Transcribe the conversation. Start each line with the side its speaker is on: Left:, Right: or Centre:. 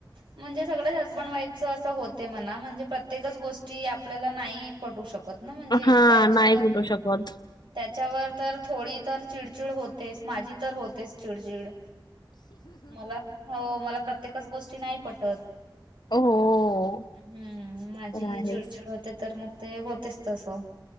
Right: म्हणजे, सगळे हजबंड वाईफच असं होते म्हणा, म्हणजे प्रत्येकच गोष्टी आपल्याला नाही पटू शकत ना, म्हणजे
Left: हा
Right: त्याच्यावर
Left: नाही कुटू शकत
Right: त्याच्यावर तर थोडी तर चिडचिड होतेच माझी तर होतेच चिडचिड मला हो मला प्रत्येकच गोष्टी नाही पटत
Left: हो
Right: हम्म माझी
Left: तर आहेच.
Right: चिड, चिड होते तर मग ते होतेच तसं